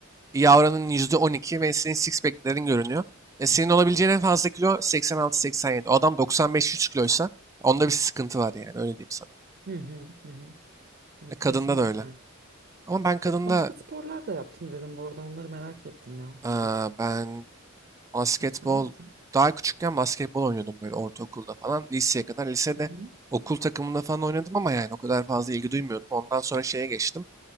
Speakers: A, on the right; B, on the right.
A: Yavra'nın %12 ve senin six pack'lerin görünüyor. E, senin olabileceğin en fazla kilo 86-87. O adam 95-100 kiloysa onda bir sıkıntı var yani öyle diyeyim sana.
B: Hı hı hı. hı. Evet
A: E, kadında
B: kesinlikle.
A: da öyle. Ama ben kadında
B: E, Başka sporlar da yaptım dedim bu arada onları merak ettim ya
A: eee,
B: ilk.
A: ben basketbol
B: Başka ne yaptın?
A: daha küçükken basketbol oynuyordum böyle ortaokulda falan. Liseye kadar lisede
B: Hı hı
A: okul takımında falan oynadım ama yani o kadar fazla ilgi duymuyordum. Ondan sonra şeye geçtim.